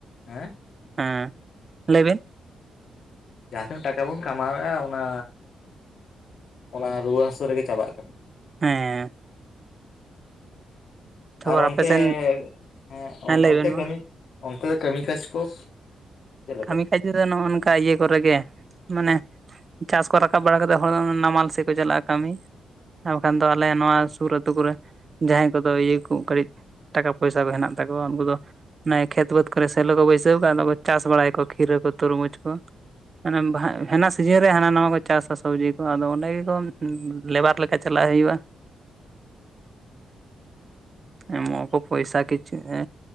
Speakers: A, on the left (about 60°); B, on the right (about 30°).
A: ᱦᱮᱸ
B: ᱦᱮᱸ ᱞᱟᱹᱭ ᱵᱤᱱ
A: ᱡᱟᱦᱟᱸ ᱛᱤᱱᱟᱹᱜ ᱴᱟᱠᱟ ᱵᱚᱱ ᱠᱟᱢᱟᱣᱮᱜ-ᱟ ᱚᱱᱟ ᱚᱱᱟ ᱨᱩᱣᱟᱹ ᱦᱟᱹᱥᱩ ᱨᱮᱜᱮ ᱪᱟᱵᱟᱜ ᱠᱟᱱᱟ᱾
B: ᱦᱮᱸ ᱛᱟᱯᱚᱨ
A: ᱟᱨ ᱚᱱᱛᱮ
B: ᱟᱯᱮ ᱥᱮᱱ
A: ᱦᱮᱸ
B: ᱞᱟᱹᱭ
A: ᱚᱱᱛᱮ
B: ᱵᱮᱱ ᱢᱟ
A: ᱠᱟᱹᱢᱤ ᱚᱱᱛᱮ ᱫᱚ ᱠᱟᱹᱢᱤ ᱠᱟᱡᱽ ᱠᱚ ᱪᱮᱫ ᱞᱮᱠᱟ
B: ᱠᱟᱹᱢᱤ ᱠᱷᱟᱡ ᱫᱚ ᱱᱚᱜ-ᱚ ᱱᱚᱠᱟ ᱤᱭᱟᱹ ᱠᱚᱨᱮ ᱜᱮ ᱢᱟᱱᱮ ᱪᱟᱥ ᱠᱚ ᱨᱟᱠᱟᱵ ᱵᱟᱲᱟ ᱠᱟᱛᱮᱫ ᱦᱚᱲ ᱫᱚ ᱱᱟᱢᱟᱞ ᱥᱮᱫ ᱠᱚ ᱪᱟᱞᱟᱜ-ᱟ ᱠᱟᱢᱤ ᱟᱨ ᱵᱟᱠᱷᱟᱱ ᱫᱚ ᱟᱞᱮ ᱱᱚᱣᱟ ᱥᱩᱨ ᱟᱹᱛᱩ ᱠᱚᱨᱮ ᱡᱟᱦᱟᱸᱭ ᱠᱚᱫᱚ ᱤᱭᱟᱹ ᱠᱚ ᱠᱟᱹᱴᱤᱡ ᱴᱟᱠᱟ ᱯᱚᱭᱥᱟ ᱠᱚ ᱦᱮᱱᱟᱜ ᱛᱟᱠᱚᱣᱟ ᱩᱱᱠᱩ ᱫᱚ ᱚᱱᱮ ᱠᱷᱮᱛ ᱵᱟᱹᱛ ᱠᱚᱨᱮ ᱥᱮᱞᱚ ᱠᱚ ᱵᱟᱹᱭᱥᱟᱹᱣ ᱠᱟᱜ ᱟ ᱟᱫᱚ ᱠᱚ ᱪᱟᱥ ᱵᱟᱲᱟᱭ ᱠᱚ ᱠᱷᱤᱨᱟᱹ ᱠᱚ ᱛᱩᱨᱢᱩᱡᱽ ᱠᱚ ᱢᱟᱱᱮ ᱦᱮᱱᱟ ᱥᱤᱡᱤᱱ ᱨᱮ ᱦᱟᱱᱟ ᱱᱟᱣᱟ ᱠᱚ ᱪᱟᱥᱟ ᱥᱚᱵᱡᱤ ᱠᱚ ᱟᱫᱚ ᱚᱸᱰᱮ ᱜᱮᱠᱚ ᱞᱮᱵᱟᱨ ᱞᱮᱠᱟ ᱪᱟᱞᱟᱜ ᱦᱩᱭᱩᱜ-ᱟ᱾ ᱮᱢᱚᱜ ᱟᱠᱚ ᱯᱚᱭᱥᱟ ᱠᱤᱪ ᱮ